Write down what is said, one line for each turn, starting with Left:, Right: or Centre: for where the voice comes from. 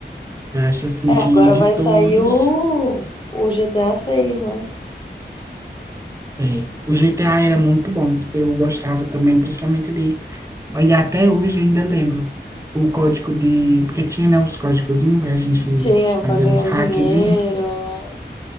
Right: Eu acho assim
Left: É,
Right: que
Left: agora
Right: de
Left: vai
Right: todos,
Left: sair o, o GTA seis, né?
Right: é, o GTA era muito bom. Eu gostava também, principalmente de, e até hoje ainda lembro o código de, porque tinha, né, os códigozinhos pra gente
Left: Tinha
Right: fazer
Left: pra ganhar
Right: uns hackzinhos
Left: dinheiro, né?